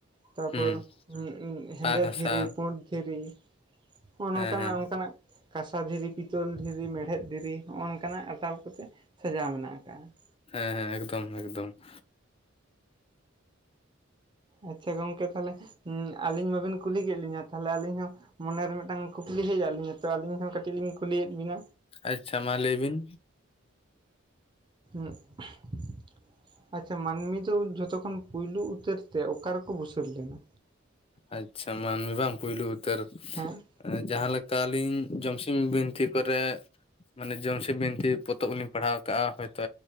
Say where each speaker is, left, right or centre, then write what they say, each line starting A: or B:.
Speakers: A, on the right; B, on the left.
A: ᱛᱟᱨᱯᱚᱨ
B: ᱦᱩᱸ
A: ᱩᱸ ᱦᱮᱸᱫᱮ
B: ᱯᱟᱸᱠ ᱦᱟᱥᱟ
A: ᱫᱷᱤᱨᱤ, ᱯᱩᱸᱰ ᱫᱷᱤᱨᱤ ᱦᱚᱸᱜ-ᱚᱸᱴ
B: ᱦᱮᱸ
A: ᱱᱚᱝᱠᱟ
B: ᱦᱮᱸ
A: ᱱᱟᱜ ᱚᱝᱠᱟ ᱱᱟᱜ ᱠᱟᱸᱥᱟ ᱫᱷᱤᱨᱤ, ᱯᱤᱛᱚᱞ ᱫᱷᱤᱨᱤ, ᱢᱮᱲᱦᱮᱫ ᱫᱷᱤᱨᱤ ᱦᱚᱜ-ᱚ ᱱᱚᱝᱠᱟ ᱱᱟᱜ ᱟᱴᱟᱞ ᱠᱚᱛᱮ ᱥᱟᱡᱟᱣ ᱢᱮᱱᱟᱜ ᱟᱠᱟᱜ-ᱟ ᱾
B: ᱦᱮᱸ ᱦᱮᱸ ᱮᱠᱫᱚᱢ ᱮᱠᱫᱚᱢ ᱾
A: ᱟᱪᱪᱷᱟ ᱜᱚᱝᱠᱮ ᱾ ᱛᱟᱦᱚᱞᱮ ᱟᱹᱞᱤᱧ ᱢᱟᱵᱤᱱ ᱠᱩᱞᱤ ᱠᱮᱫ ᱠᱩᱣᱟ ᱛᱟᱦᱚᱞᱮ ᱟᱹᱞᱤᱧ ᱦᱚᱸ ᱢᱚᱱᱮᱨᱮ ᱢᱤᱫᱴᱟᱝ ᱠᱩᱠᱞᱤ ᱦᱮᱡ ᱟᱫᱚ ᱞᱤᱧᱟᱹ, ᱟᱹᱞᱤᱧ ᱛᱚ ᱟᱹᱞᱤᱧ ᱦᱚᱸ ᱠᱟᱹᱴᱤᱡ ᱞᱤᱧ ᱠᱩᱞᱤᱭᱮᱫ ᱵᱤᱱᱟ
B: ᱟᱪᱪᱷᱟ ᱢᱟ ᱞᱟᱹᱭ ᱵᱤᱱ
A: <inaudible> ᱟᱪᱪᱷᱟ ᱢᱟᱹᱱᱢᱤ ᱫᱚ ᱡᱷᱚᱛᱚ ᱠᱷᱚᱱ ᱯᱳᱭᱞᱳ ᱩᱛᱟᱹᱨ ᱛᱮ ᱚᱠᱟ ᱨᱮᱠᱚ ᱵᱩᱥᱟᱹᱲ ᱞᱮᱱᱟ?
B: ᱟᱪᱪᱷᱟ ᱢᱟᱹᱱᱢᱤ ᱵᱟᱝ ᱯᱩᱭᱞᱩ ᱩᱛᱟᱹᱨ
A: ᱦᱮᱸ
B: ᱮᱸ ᱡᱟᱦᱟᱸ ᱞᱮᱠᱟ ᱟᱹᱞᱤᱧ ᱡᱚᱢᱥᱤᱢ ᱵᱤᱱᱛᱤ ᱠᱚᱨᱮ ᱢᱟᱱᱮ ᱡᱚᱢᱥᱤᱢ ᱵᱤᱱᱛᱤ ᱯᱚᱛᱚᱵ ᱦᱚᱸᱞᱤᱧ ᱯᱟᱲᱦᱟᱣ ᱟᱠᱟᱜᱼᱟ ᱦᱚᱭᱛᱚ